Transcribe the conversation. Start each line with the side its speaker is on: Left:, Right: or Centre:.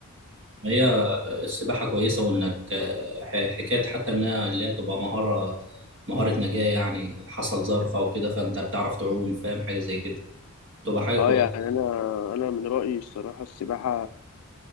Right: هي السباحة كويسة وانك آه، ح- حكاية حتى انها اللي هي تبقى مهارة مهارة نجاة يعني حصل ظرف او كده فانت بتعرف تعوم فاهم حاجة زي كده تبقى حاجة كويسة
Left: اه يعني انا انا من رايي الصراحه السباحه